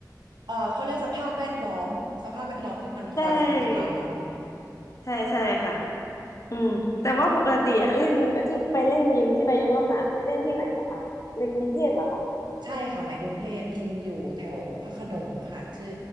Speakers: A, on the right (about 85°); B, on the left (about 45°).
A: เอ่อเขาเรียกสภาพแวดล้อมสภาพแวดล้อมที่มันคอยส่งเราอะเนาะ
B: ใช่ใช่ใช่ค่ะอืมแต่ว่าปกติอะเล่นที่ไปเล่นยิมที่ไปยกน้ำหนักไปเล่นที่ไหนเหรอคะในกรุงเทพเหรอคะ
A: ใช่ค่ะในกรุงเทพยิมอยู่แถวพระโขนงค่ะชื่อ